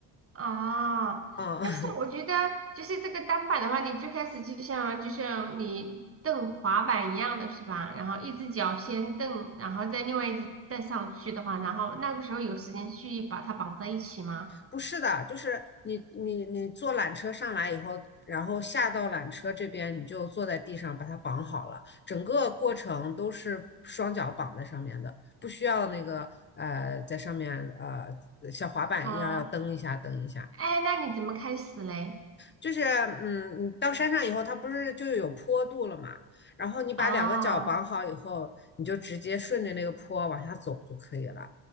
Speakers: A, on the right (about 30°); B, on the left (about 25°).
A: 哦，
B: 啊。
A: 但是我觉得就是这个单板的话，
B: <laughs>
A: 你最开始就像就像你蹬滑板一样的是吧？然后一只脚先蹬，然后再另外一只再上去的话，然后那个时候有时间去把它绑在一起吗？
B: 不是的，就是你你你坐缆车上来以后，然后下到缆车这边，你就坐在地上把它绑好了，整个过程都是双脚绑在上面的，不需要那个呃在上面呃像滑板一样要蹬一下蹬一下。
A: 啊。哎，那你怎么开始嘞？
B: 就是嗯，你到山上以后，它不是就有坡度了嘛，然后你把两个脚绑好以后，
A: 啊
B: 你就直接顺着那个坡往下走就可以了。